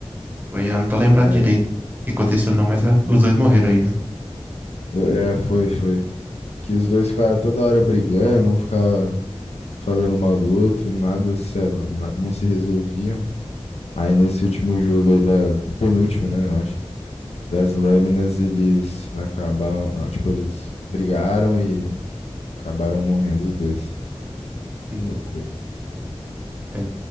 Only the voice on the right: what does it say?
foi, eu não tô lembrado
direito o que aconteceu, não, mas ah, os dois morreram aí, né?
Sim,
é.